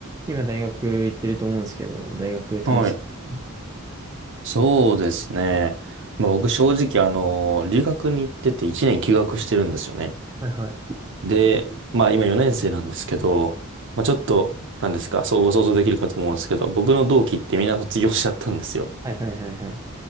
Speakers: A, on the right (about 15°); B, on the right (about 55°).
A: 今大学行ってると思うんですけど、大学楽しい。
B: はい。そうですね。まあ、僕正直、あの、留学に行ってて1年休学してるんですよね。
A: はいはい。
B: で、まあ今4年生なんですけど、まあちょっと、なんですか、そうご想像できるかと思うんですけど、僕の同期ってみんな卒業しちゃったんですよ。
A: はいはいはいはい。